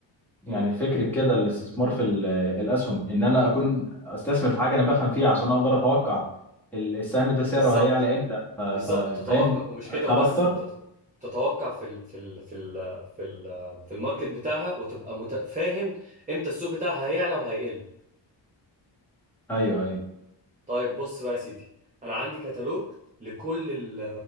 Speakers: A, in the centre; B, on the right.
A: يعني
B: مم.
A: فكرة كده الاستثمار في ال- الأسهم إن أنا أكون أستثمر في حاجة أنا بفهم فيها عشان أقدر أتوقع ال- السهم ده سعره
B: بالظبط
A: هيعلى إمتى ف- ف-
B: بالظبط تتوقع
A: فاهم
B: ومش كده
A: أكسب
B: وبس
A: أكتر
B: تت- تتوقع في ال في ال في ال في ال في الماركت بتاعها وتبقى مت- فاهم امتى السوق بتاعها هيعلى وهيقل
A: أيوه أيوه
B: طيب بص بقى يا سيدي انا عندي كتالوج لكل ال